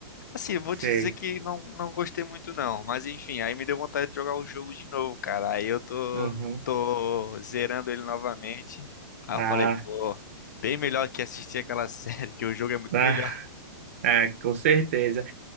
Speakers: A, on the left (about 50°); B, on the right (about 35°).
A: Assim, eu vou
B: sei.
A: te dizer que não, não gostei muito, não. Mas enfim, aí me deu vontade de jogar o jogo de novo, cara. Aí eu tô,
B: Uhum.
A: tô zerando ele novamente. Aí
B: Ah,
A: eu falei, pô, bem melhor que assistir aquela <laughs> série, que o jogo é muito
B: ah,
A: melhor.
B: é, com certeza.